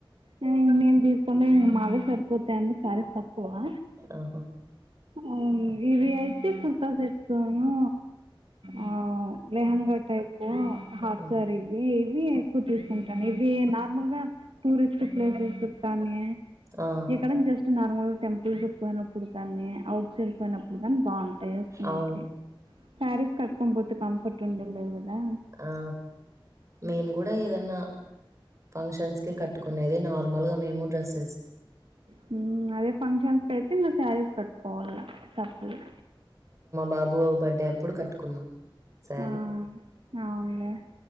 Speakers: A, on the right; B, on the right.
A: నేను నేన్ తీసుకునేవి ఇంగ మావి సరిపోతాయని శారీస్ తక్కువా.
B: ఆహా!
A: అవును వివీ అయితే కుర్తాసెట్ ట్స్ న్నూ ఆ లెహంగా టైపూ హాఫ్
B: హ్మ్.
A: శారీస్ వీ ఇవీ ఎక్కువ తీసుకుంటాను ఇవీ నార్మల్ గా టూరిస్ట్ ప్లేసెస్క్ కానీ.
B: ఆ!
A: ఎక్కడన్ జస్ట్ నార్మల్ టెంపుల్ కి పోయినప్పుడు కానీ ఔట్ సైడ్ పోయినప్పుడు కాని బాగుంటాయి. వేసుకునేటివి
B: అవును.
A: శారీస్ కట్టుకొనిపోతే కంఫర్ట్ ఉండ లేదు గదా.
B: ఆ! మేము గూడా ఏదన్నా ఫంక్షన్స్ కి కట్టుకునేది నార్మల్ గా మేము డ్రెస్.
A: హ్మ్ అదే ఫంక్షన్స్ కి ఐతే ఇంగ శారీస్ కట్. పోవల్లా తప్పదు
B: బాబూ బర్డే అప్పుడు కట్టుకున్నా శారీ.
A: ఆ అవును ఆ అవున్లే